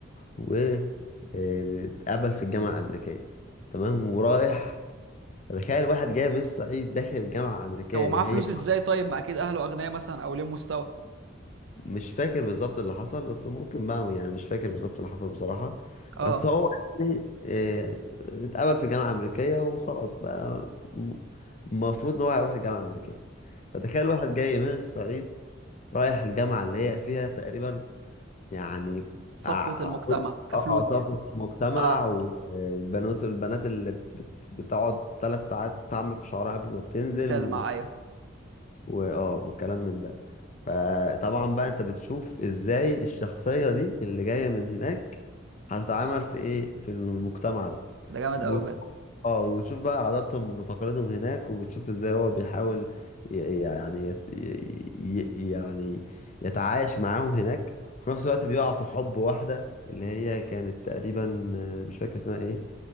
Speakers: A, on the left; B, on the right.
A: و آه، اتقبل في الجامعة الأمريكية تمام ورايح تخيل واحد جاي من الصعيد داخل جامعة أمريكية
B: طب ومعاه
A: اللي هي
B: فلوس ازاي طيب ما اكيد اهله اغنياء مثلا او ليه مستوى
A: مش فاكر بالظبط اللي حصل بس ممكن بقى يعني مش فاكر بالظبط اللي حصل بصراحة
B: اه
A: بس هو يعني آه، اتقبل في جامعة أمريكية وخلاص بقى م- المفروض إن هو هيروح الجامعة الأمريكية فتخيل واحد جاي من الصعيد رايح الجامعة اللي هي فيها تقريبا يعني
B: صفوه
A: أع-
B: المجتمع
A: أقول
B: كفلوس
A: اه صفوة
B: يعني
A: المجتمع
B: اه
A: والبنات البنات اللي بت- بتقعد ثلاث ساعات تعمل في شعرها قبل ما بتنزل
B: بتلمع ايوه
A: واه والكلام من ده فطبعا بقى انت بتشوف ازاي الشخصية دي اللي جاية من هناك هتتعامل في ايه في المجتمع ده
B: ده جامد
A: وبت...
B: قوي بجد
A: اه وبتشوف بقى عاداتهم وتقاليدهم هناك وبتشوف ازاي هو بيحاول ي... يعني يت... ي... ي- يعني يتعايش معاهم هناك وفي نفس الوقت بيقع في حب واحدة اللي هي كانت تقريبا آه، مش فاكر اسمها ايه